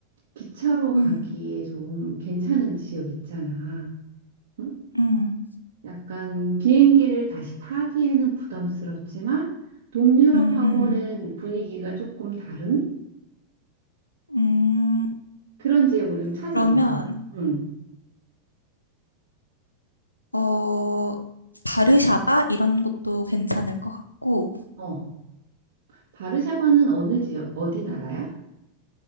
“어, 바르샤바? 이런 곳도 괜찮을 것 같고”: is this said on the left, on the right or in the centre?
Left